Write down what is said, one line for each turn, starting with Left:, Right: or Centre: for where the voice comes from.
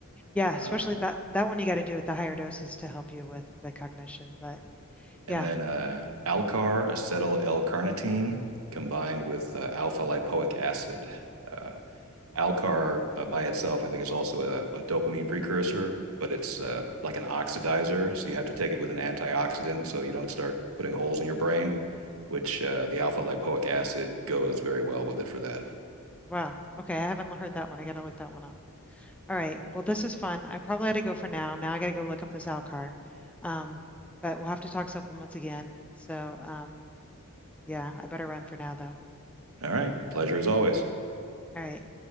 Centre: yeah,
Right: Uh,
Centre: especially that that one you got to do at the higher doses to help you with the cognition. But
Right: and
Centre: yeah,
Right: then uh, Alcar, acetyl L-carnitine, combined with uh, alpha lipoic acid. Uh, Alcar uh, by itself, I think, is also a, a dopamine precursor, but it's uh, like an oxidizer. So you have to take it with an antioxidant so you don't start putting holes in your brain, which uh, the alpha lipoic acid goes very well with it for that.
Centre: wow. Okay, I haven't heard that one. I got to look that one up. All right. Well, this is fun. I probably had to go for now. Now I got to go look up this Alcar. Um, but we'll have to talk supplements again. So, um, yeah, I better run for now though.
Right: All right. a Pleasure as always.
Centre: All right.